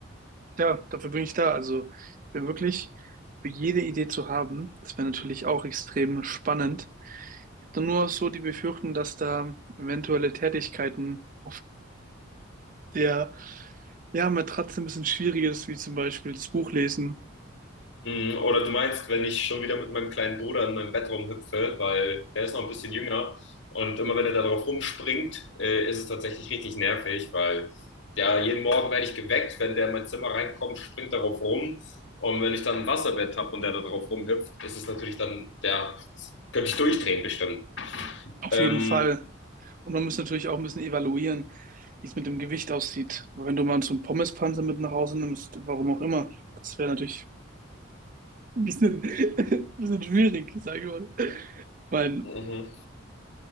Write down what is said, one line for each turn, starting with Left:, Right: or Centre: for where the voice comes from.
Right: Ja, dafür bin ich da. Also, ich bin wirklich für jede Idee zu haben. Das wäre natürlich auch extrem spannend. Ich habe nur so die Befürchtung, dass da eventuelle Tätigkeiten auf der, ja, Matratze ein bisschen schwierig ist, wie zum Beispiel das Buch lesen
Left: Mm, Oder du meinst, wenn ich schon wieder mit meinem kleinen Bruder in meinem Bett rumhüpfe, weil der ist noch ein bisschen jünger und immer wenn er da drauf rumspringt, äh, ist es tatsächlich richtig nervig, weil ja, jeden Morgen werde ich geweckt, wenn der in mein Zimmer reinkommt, springt darauf rum und wenn ich dann ein Wasserbett habe und der da drauf rumhüpft, ist es natürlich dann, ja, könnte ich durchdrehen bestimmt.
Right: Auf
Left: Ähm,
Right: jeden Fall. Und man muss natürlich auch ein bisschen evaluieren, wie es mit dem Gewicht aussieht. Weil wenn du mal so einen Pommespanzer mit nach Hause nimmst, warum auch immer, das wäre natürlich ein bisschen, <laughs> ein bisschen schwierig, sage ich mal. Weil,
Left: mhm.